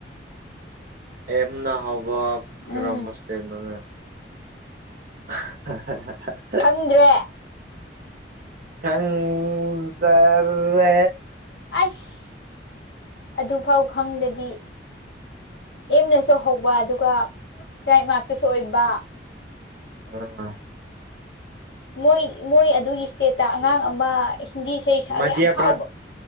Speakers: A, on the right; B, on the left.
A: ꯑꯦꯝꯅ ꯍꯥꯎꯕ
B: ꯎꯝ
A: ꯀ꯭ꯔꯝꯕ ꯁꯇꯦꯟ ꯅꯣꯅꯦ <inaudible>
B: ꯈꯪꯗ꯭ꯔꯦ
A: ꯈꯪꯗꯔꯦ
B: ꯑꯁ ꯑꯗꯨꯐꯥꯎ ꯈꯪꯗ꯭ꯔꯗꯤ ꯑꯦꯝꯅꯁꯨ ꯍꯧꯕ ꯑꯗꯨꯒ ꯇꯔꯥꯞ ꯉꯥꯛꯇꯁꯨ ꯑꯣꯏꯕ
A: ꯎꯝ
B: ꯃꯣꯏ ꯃꯣꯏ ꯑꯗꯨꯒꯤ ꯏꯁꯇꯦꯠꯇ ꯑꯉꯥꯡ ꯑꯃ ꯍꯤꯟꯗꯤ ꯏꯁꯩ ꯁꯛꯑꯒ
A: ꯃꯙ꯭ꯌ
B: ꯌꯥꯝ ꯐꯥꯎꯕ
A: ꯄ꯭ꯔ